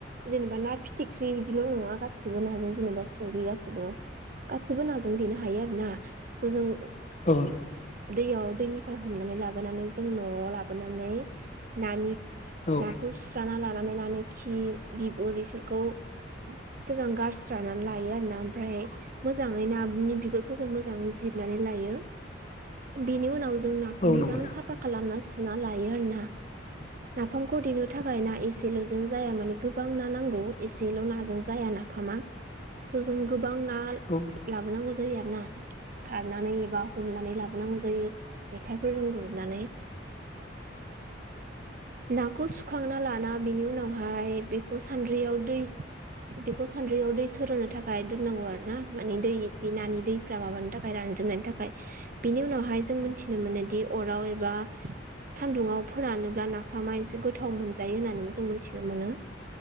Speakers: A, on the right; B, on the left.
A: जेनेबा ना फिथिख्रि बिदिल' नङा गासिबो नाजों जेनेबा सिंगि गासिबो। गासैबो नाजों देनो हायो आरो ना स जों
B: औ
A: दैयाव दैनिफ्राय हमनानै लाबोनानै जों न'आव लाबोनानै नानि
B: औ
A: नाखौ सुस्रा लानानैनानै नानि खि बिगुर इसोरखौ सिगां गारस्रानानै लायो आरोना ओमफ्राय मोजाङै नानि बिगुरफोरखौ मोजाङै जिरनानै लायो बेनि उनाव जों नाखौ
B: औ
A: मोजां
B: नंगौ नामा
A: साफा खालामना सुना लायो आरो ना। नाफामखौ देनो थाखाय ना एसेल'जों जाया माने गोबां ना नांगौ एसेल' नाजों जाया ना नाफामा थ' जों गोबां ना
B: औ
A: लाबोनांगौ जायो आरो ना। सारनानै एबा हमनानै लाबोनांगौ जायो जेखाइफोरजों गुरनानै। नाखौ सुखांना लाना बेनि उनावहाय बेखौ सान्द्रियाव दै बेखौ सान्द्रियाव दै सरनो थाखाय दोननांगौ आरो ना माने दै बे नानि दै फ्रा माबानि थाखाय रानजोबनायनि थाखाय। बिनि उनावहाय जों मिथिनो मोनो दि अराव एबा सान्दुंआव फोरानोब्ला नाफामा एसे गोथाव मोनजायो होननानैबो जों मोनथिनो मोनो।